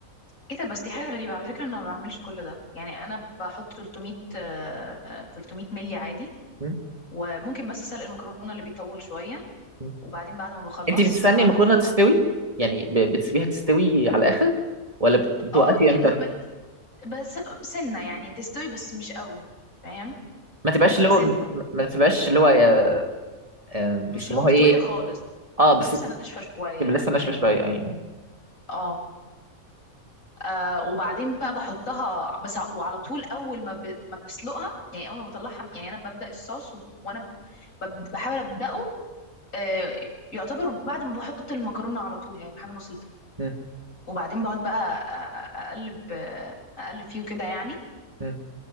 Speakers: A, on the left; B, on the right.
A: ايه ده بس دي حاجه غريبه على فكره انا ما بعملش كل ده يعني انا بحط 300 آه، 300 ملي عادي
B: مم.
A: وممكن بس سلق المكرونه اللي بيطول شويه
B: مم.
A: وبعدين بعد ما بخلص
B: انت بتستني
A: بحطها
B: المكرونه تستوي يعني ب... بتسيبيها تستوي على الاخر ولا بت... بتوقفي
A: اه يا-
B: امتى
A: م- بس سنة يعني تستوي بس مش قوي فاهم
B: ما تبقاش
A: بتبقى
B: اللي
A: سنة
B: هو ما ما تبقاش اللي هو آه، آه، بيسموها
A: مش اللي هو مستوية
B: ايه
A: خالص
B: اه
A: بتبقى
B: بس
A: لسه ناشفة شوية
B: تبقى لسه ناشفه
A: فاهمني
B: شويه يعني
A: اه آه وبعدين بقى بحطها بس ع- وعلى طول اول ما ب... ما بسلقها يعني اول ما بطلعها يعني انا ببدأ الصوص و... وانا ب... بب- بحاول ابدأه آه يعتبر بعد ما بحط المكرونة على طول يعني حاجة بسيطة
B: مم.
A: وبعدين بقعد بقى أ- أ- اقلب آه، اقلب فيه كده يعني
B: مم.